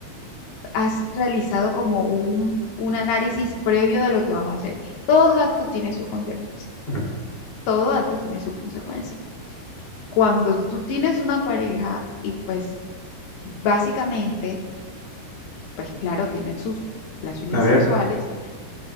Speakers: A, on the left; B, on the left.
A: has realizado como un, un análisis previo de lo que vas a hacer? Todo acto tiene su consecuencia.
B: Mm.
A: Todo acto tiene su consecuencia. Cuando tú tienes una pareja y pues básicamente, pues claro, tienen sus relaciones
B: A ver.
A: sexuales,